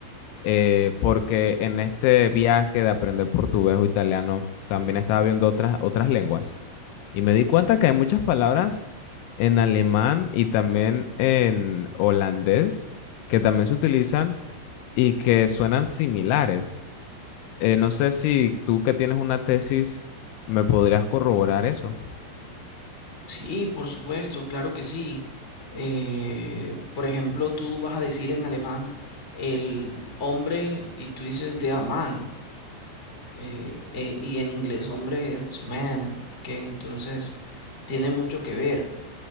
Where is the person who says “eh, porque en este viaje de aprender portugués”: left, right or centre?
Left